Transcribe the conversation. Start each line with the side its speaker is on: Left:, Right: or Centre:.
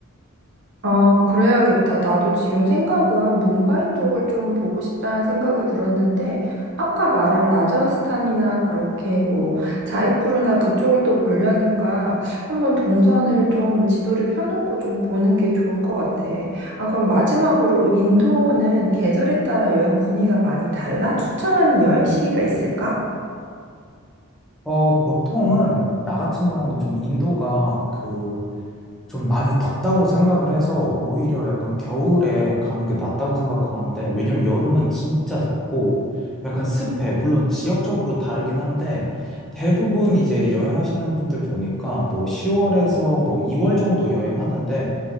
Right: 아, 그래야겠다. 나도 지금 생각은 뭄바이 쪽을 좀 보고 싶다는 생각이 들었는데, 아까 말한 라자스탄이나 그렇게 뭐 자이푸르나 그쪽을 또 보려니까 한번 동선을 좀 지도를 펴놓고 좀 보는 게 좋을 것 같아. 아, 그럼 마지막으로 인도는 계절에 따라 여행 분위기가 많이 달라? 추천하는 여행 시기가 있을까?
Centre: 어, 보통은, 나 같은 경우는 좀 인도가 그, 좀 많이 덥다고 생각을 해서 오히려 약간 겨울에 가는 게 낫다고 생각하는데 왜냐면 여름은 진짜 덥고 약간 습해. 물론 지역적으로 다르긴 한데 대부분 이제 여행하시는 분들 보니까 뭐 10월에서 뭐 2월 정도 여행하는데